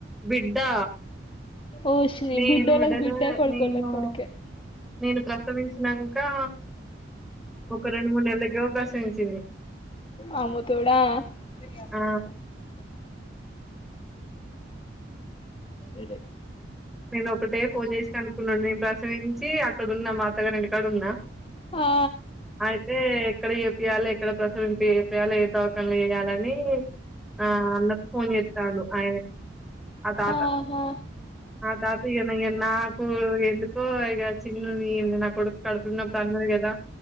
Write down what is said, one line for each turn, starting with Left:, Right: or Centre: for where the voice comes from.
Centre: బిడ్డా
Left: ఓషిని
Centre: నేను
Left: బిడ్డోళ్ళకి
Centre: డెలివర్
Left: బిడ్డే కొడుకోళ్ళకి
Centre: నేను
Left: కొడుకే
Centre: నేను ప్రసవించినంకా ఒక రెండు మూడు నెలలు లేగా బస్ వించింది
Left: అమ్మతోడా అంటే
Centre: ఆ
Left: ఏడే
Centre: నేను ఒకటే ఫోన్ చేసి అనుకున్నాండి ప్రసనిించి అక్కడున్నా మాతగారుంంటి కాడ ఉన్నా
Left: ఆ
Centre: అయితే ఎక్కడ ఏపియాలి ఎక్కడ ప్రసం ఇం ఏపయాలి ఏ దోకన్లు వేయాలిని ఆ అన్నక ఫోన్ చెతా అయన అ తాత
Left: ఆహా
Centre: ఆ తాతగా నే నాకు ఎందుకో ఇక చిన్న న నా కొడుకు కడుపులున్నప్పుడు అన్నది కదా